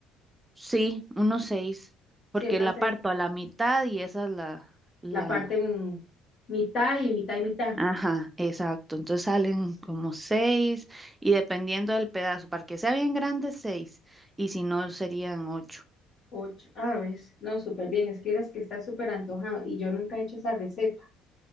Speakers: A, on the right; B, on the left.
A: sí, unos seis, porque
B: Sí, unas
A: la
B: seis
A: parto a la mitad y esa es la, la,
B: la parte en mitad y mitad y mitad.
A: ajá, exacto. Entonces salen como seis y dependiendo del pedazo, para que sea bien grande, seis, y si no, serían ocho.
B: Ocho, ah, ves, no, súper bien, es que eres que está súper antojado y yo nunca he hecho esa receta.